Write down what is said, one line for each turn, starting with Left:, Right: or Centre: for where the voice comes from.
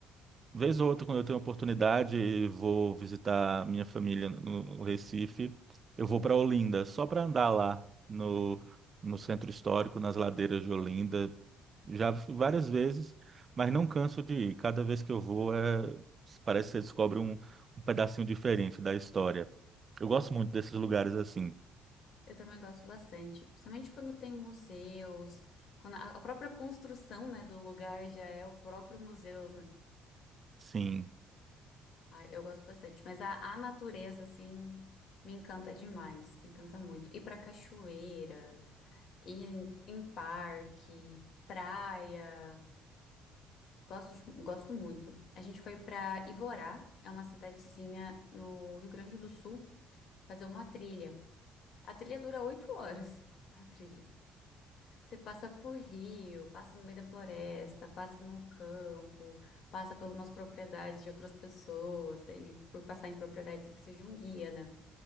Right: Vez ou outra, quando eu tenho oportunidade e vou visitar minha família no Recife, eu vou para Olinda, só para andar lá no, no centro histórico, nas ladeiras de Olinda. Já fui várias vezes, mas não canso de ir. Cada vez que eu vou, é, parece que você descobre um, um pedacinho diferente da história. Eu gosto muito desses lugares assim.
Left: Eu também gosto bastante, principalmente quando tem museus, quando a a própria construção, né, do lugar já é o próprio museu, né?
Right: Sim,
Left: Ah, eu gosto bastante, mas a, a natureza, assim, me encanta demais, me encanta muito. Ir pra cachoeira, ir em, em parque, praia, gosto, de- gosto muito. A gente foi pra Ivorá, é uma cidadezinha no Rio Grande do Sul, fazer uma trilha. A trilha dura oito horas, <laughs> a trilha. Você passa por rio, passa no meio da floresta, passa no campo, passa por umas propriedades de outras pessoas, daí por passar em propriedade você precisa de um guia, né?